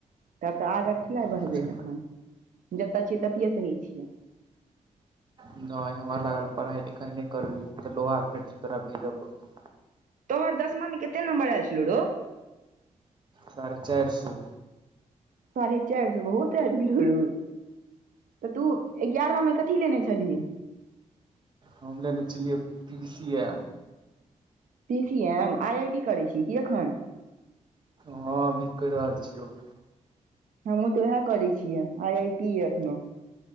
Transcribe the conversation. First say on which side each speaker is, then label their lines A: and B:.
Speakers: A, on the right (about 80°); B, on the right (about 35°).
A: तब तऽ बढ़बै
B: नहि
A: एखन जतऽ छि ततिये सही छियै
B: नहि हमरा लागल पढ़ाई लिखाई नहि करबही तऽ लोहा फेक्ट्री तोरा भेजऽ पड़तौ
A: तोहर दशमामे कते नम्बर आयल छलौ रौ
B: साढ़े चारि सौ
A: साढ़े चारि सए बहुत आबि गेलो रु तऽ तू एगारहा में कथी लेने छ छलहि
B: हमले ने छलियै PCA
A: P C M I I D करै छी कि एखन
B: हँ अभी कहि रहल छियौ
A: हमहूँ तऽ उएह करै छियै आई आई टी एखनो